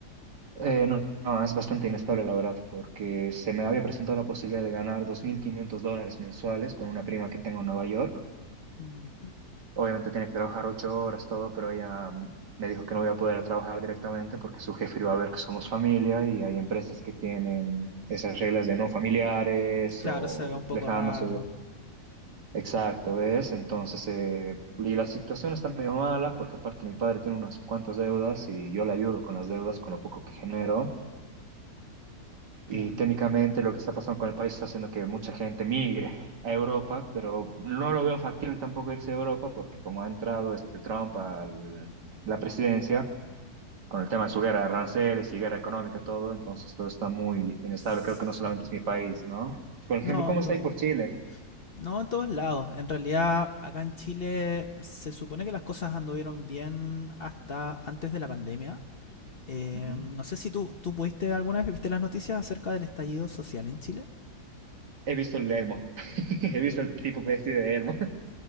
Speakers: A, on the right; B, on the left.
A: Eh, no, no, es bastante inestable la verdad, porque se me había presentado la posibilidad de ganar 2.500 dólares mensuales con una prima que tengo en Nueva York
B: Ujú.
A: Obviamente tenía que trabajar ocho horas, todo, pero ella mm, me dijo que no voy a poder trabajar directamente porque su jefe iba a ver que somos familia y hay empresas que tienen esas reglas de no familiares
B: Claro,
A: o
B: se ve un poco
A: lejanos
B: raro,
A: o de... Exacto, ¿ves? Entonces, eh, y la situación está medio mala porque aparte mi padre tiene unas cuantas deudas y yo le ayudo con las deudas, con lo poco que genero.
B: claro.
A: Y técnicamente lo que está pasando con el país está haciendo que mucha gente migre a Europa, pero no lo veo factible tampoco irse a Europa porque como ha entrado este Trump a la presidencia, con el tema de su guerra de aranceles y guerra económica, todo, entonces todo está muy inestable.
B: Sí.
A: Creo que no solamente es mi país, ¿no? Por ejemplo,
B: No,
A: ¿cómo
B: en
A: está
B: todos
A: ahí
B: lados.
A: por Chile?
B: No, en todos lados. En realidad, acá en Chile se supone que las cosas anduvieron bien hasta antes de la pandemia. Eh,
A: Ujú.
B: no sé si tú, tú pudiste alguna vez, viste las noticias acerca del estallido social en Chile.
A: He visto el Elmo. <laughs> He visto el tipo vestido de Elmo.